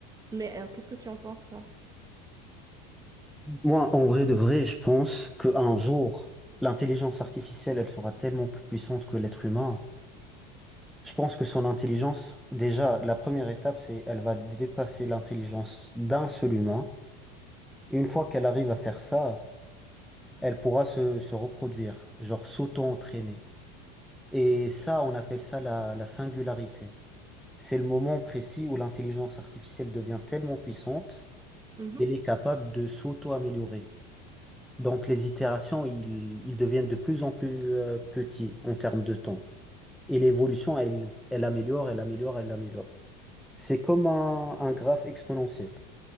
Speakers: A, on the right; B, in the centre.
A: Mais euh, qu'est-ce que tu en penses, toi?
B: Moi, en vrai de vrai, je pense qu'un jour, l'intelligence artificielle, elle sera tellement plus puissante que l'être humain. Je pense que son intelligence, déjà, la première étape, c'est elle va dépasser l'intelligence d'un seul humain. Et une fois qu'elle arrive à faire ça, elle pourra se, se reproduire, genre s'auto-entraîner. Et ça, on appelle ça la, la singularité. C'est le moment précis où l'intelligence artificielle devient tellement puissante
A: Mhm.
B: qu'elle est capable de s'auto-améliorer. Donc les itérations, ils, ils deviennent de plus en plus euh, petits en termes de temps. Et l'évolution, elle, elle améliore, elle améliore, elle améliore. C'est comme un, un graphe exponentiel.